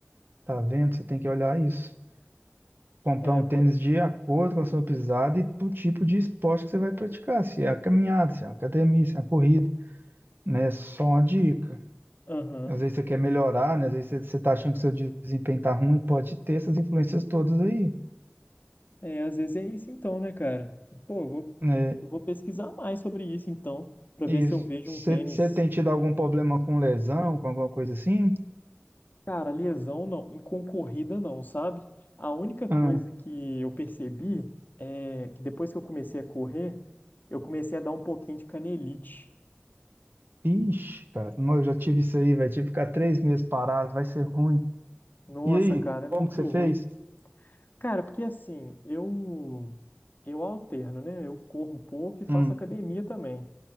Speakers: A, on the right; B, on the left.
A: Tá vendo? Você tem que olhar isso. comprar
B: É,
A: um tênis de acordo com a sua pisada e pro tipo de esporte que você vai praticar, se é a caminhada, se é a academia, se é a corrida, né? Só uma dica.
B: Aham.
A: Às vezes você quer melhorar, né? Às vezes você, você tá achando que seu desempenho tá ruim, pode ter essas influências todas aí,
B: É, às vezes é isso então, né, cara? Pô, eu vou,
A: né?
B: eu vou pesquisar mais sobre isso então, pra ver
A: Isso.
B: se eu vejo
A: Você,
B: um tênis.
A: você tem tido algum problema com lesão, com alguma coisa assim?
B: Cara, lesão não, em concorrida não, sabe? A única coisa
A: Ah,
B: que eu percebi é que depois que eu comecei a correr, eu comecei a dar um pouquinho de canelite.
A: ixi, cara, não, eu já tive isso aí, velho. Tive que ficar três meses parado, vai ser ruim.
B: Nossa,
A: E aí,
B: cara, é muito
A: como que você fez?
B: ruim. Cara, porque assim, eu eu alterno, né? Eu corro um pouco e faço
A: Hum,
B: academia também.